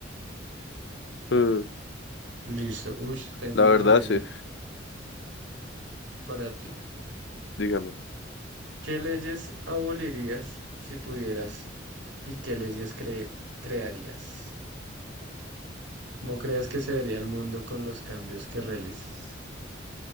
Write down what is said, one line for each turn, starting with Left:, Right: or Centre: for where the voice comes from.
Left: Mm,
Right: Listo. Uy, tengo
Left: la
Right: una
Left: verdad,
Right: buena
Left: sí.
Right: para ti.
Left: Dígame.
Right: ¿Qué leyes abolirías si pudieras y qué leyes cre- crearías? ¿Cómo crees que se vería el mundo con los cambios que realizas?